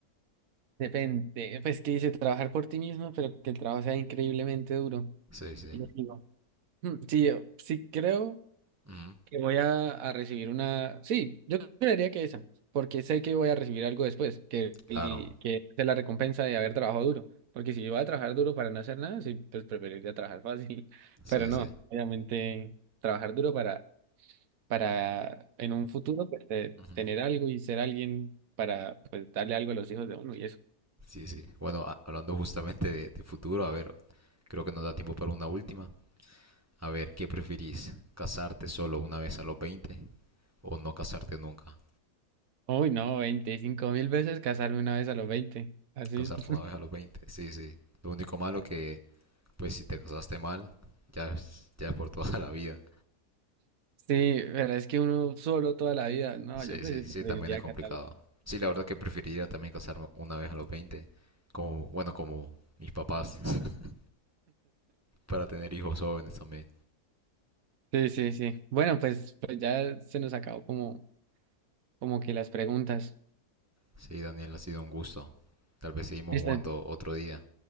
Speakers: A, on the right; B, on the right.
A: Depende, pues que dice trabajar por ti mismo, pero que el trabajo sea increíblemente duro.
B: Sí, sí.
A: Y yo digo, hmm, sí, yo sí creo.
B: Ujú,
A: que voy a, a recibir una... Sí, yo creería que esa, porque sé que voy a recibir algo después, que, y-
B: Claro.
A: que es la recompensa de haber trabajado duro, porque si voy a trabajar duro para no hacer nada, sí, pues preferiría trabajar fácil, <laughs>
B: Sí,
A: pero no,
B: sí.
A: obviamente trabajar duro para, para en un futuro pues, de-
B: Ujú.
A: tener algo y ser alguien para pues, darle algo a los hijos de uno y eso.
B: Sí, sí. Bueno, a- hablando justamente de, de futuro, a ver, creo que nos da tiempo para una última. A ver, ¿qué preferís? ¿Casarte solo una vez a los 20 o no casarte nunca?
A: Uy, no, veinticinco mil veces casarme una vez a los 20 así.
B: Casarte
A: <laughs>
B: una vez a los 20, sí, sí. Lo único malo que, pues si te casaste mal, ya es, ya es por toda la vida.
A: Sí, pero es que uno solo toda la vida, no,
B: Sí,
A: yo preferiría
B: sí, sí, también es complicado.
A: casarme.
B: Sí, la verdad que preferiría también casarme una vez a los 20, como, bueno, como mis papás, <laughs> para tener hijos jóvenes también.
A: Sí, sí, sí. Bueno, pues, pues ya se nos acabó como, como que las preguntas.
B: Sí, Daniel, ha sido un gusto. Tal vez seguimos
A: Listo,
B: jugando otro día.